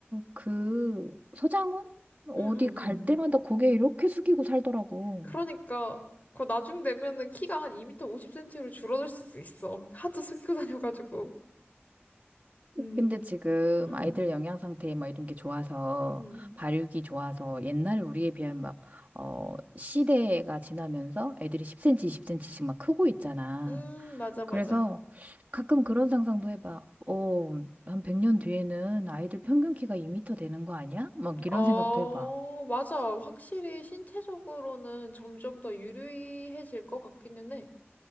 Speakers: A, on the right (about 35°); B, on the left (about 40°).
A: 그 서장훈 어디
B: 응응응.
A: 갈 때마다 고개 이렇게 숙이고 살더라고.
B: 그러니까 그거 나중 되면은 키가 한 2m 50cm로 줄어들 수도 있어. 하도 숙이고 다녀가지고. 음,
A: 근데 지금
B: 응.
A: 아이들 영양 상태 막 이런 게 좋아서
B: 음,
A: 발육이 좋아서 옛날 우리에 비하면 막, 어, 시대가 지나면서 애들이 10cm, 20cm씩 막 크고 있잖아.
B: 음, 맞아, 맞아.
A: 그래서 가끔 그런 상상도 해봐. 어, 한 100년 뒤에는 아이들 평균 키가 2m 되는 거 아니야? 막 이런
B: 어,
A: 생각도 해봐.
B: 맞아. 확실히 신체적으로는 점점 더 유리해질 것 같기는 해.